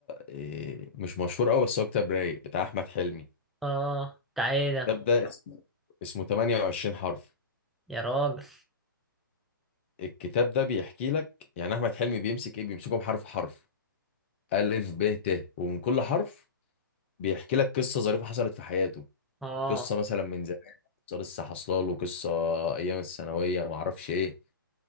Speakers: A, on the left; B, in the centre.
A: إيه، مش مشهور قوي بس هو كتاب رايق بتاع احمد حلمي
B: اه تعالى
A: الكتاب ده اسمه اسمه 28 حرف
B: يا راجل
A: الكتاب ده بيحكي لك يعني احمد حلمي بيمسك ايه بيمسكهم حرف حرف الف ب ت ومن كل حرف بيحكي لك قصه ظريفه حصلت في حياته
B: اه
A: قصه مثلا من زمان قصه لسه حصلاله قصه ايام الثانويه ما اعرفش ايه